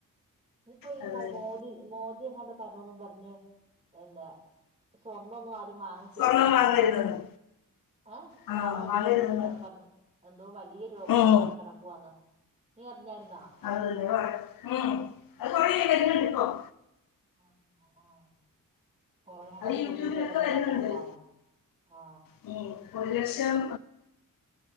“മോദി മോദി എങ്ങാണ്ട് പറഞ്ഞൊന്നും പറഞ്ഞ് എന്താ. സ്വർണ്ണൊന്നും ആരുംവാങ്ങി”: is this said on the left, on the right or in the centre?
Right